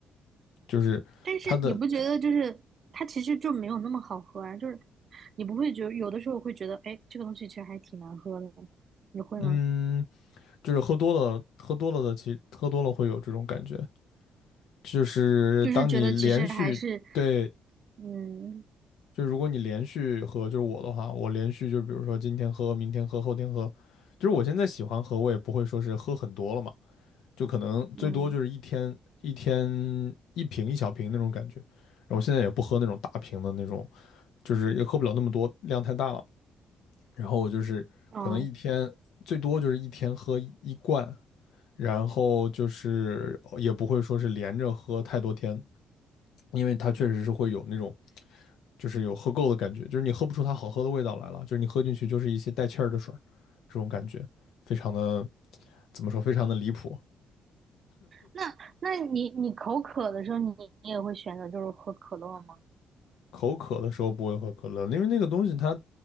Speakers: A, on the left; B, on the right.
A: 就是它的
B: 但是你不觉得就是它其实就没有那么好喝啊？就是你不会觉得有的时候会觉得，哎，这个东西其实还挺难喝的，你会吗？
A: 嗯，就是喝多了喝多了的其喝多了会有这种感觉。就是当你连续对，
B: 就是觉得其实还是，嗯
A: 就如果你连续喝，就是我的话，我连续就比如说今天喝，明天喝，后天喝，就是我现在喜欢喝，我也不会说是喝很多了嘛，就可能最多就是一天一天一瓶一小瓶那种感觉。
B: 嗯
A: 然后我现在也不喝那种大瓶的那种，就是也喝不了那么多，量太大了。然后我就是可能一天最多就是一天喝一一罐，
B: 嗯。
A: 然后就是也不会说是连着喝太多天，因为它确实是会有那种。就是有喝够的感觉，就是你喝不出它好喝的味道来了，就是你喝进去就是一些带气儿的水儿，这种感觉非常的怎么说，非常的离谱。
B: 那那你你口渴的时候你，你也会选择就是喝可乐吗？
A: 口渴的时候不会喝可乐，因为那个东西它